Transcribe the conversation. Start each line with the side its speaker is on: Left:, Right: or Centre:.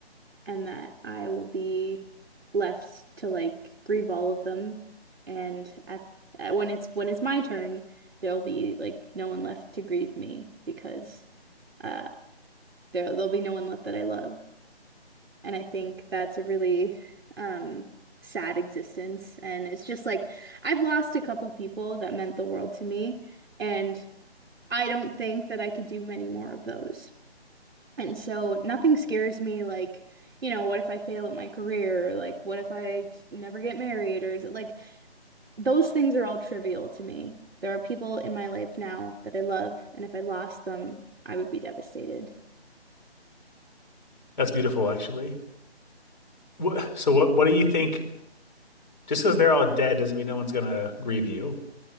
Right: and that I will be left to like grieve all of them and at, at when it's when it's my turn, there'll be like no one left to grieve me because uh there there'll be no one left that I love. And I think that's a really um, sad existence. And it's just like I've lost a couple people that meant the world to me. And I don't think that I could do many more of those. And so nothing scares me like, you know, what if I fail at my career? Or, Like, what if I never get married? Or is it like those things are all trivial to me. There are people in my life now that I love. And if I lost them, I would be devastated.
Left: That's beautiful, actually. What, so what, what do you think? Just because they're all dead doesn't mean no one's gonna grieve you.